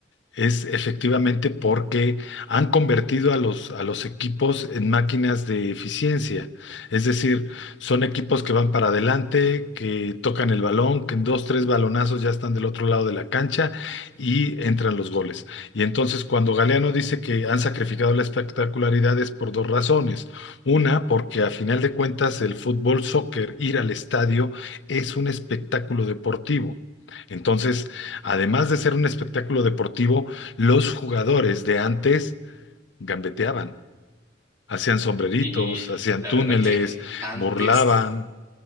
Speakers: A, on the left; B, on the right.
A: es efectivamente porque han convertido a los, a los equipos en máquinas de eficiencia. Es decir, son equipos que van para adelante, que tocan el balón, que en dos, tres balonazos ya están del otro lado de la cancha y entran los goles. Y entonces cuando Galeano dice que han sacrificado la espectacularidad es por dos razones. Una, porque a final de cuentas el fútbol, soccer, ir al estadio es un espectáculo deportivo. Entonces, Además de ser un espectáculo deportivo, los jugadores de antes gambeteaban, hacían sombreritos,
B: Y
A: hacían
B: la
A: túneles,
B: verdad que antes
A: burlaban,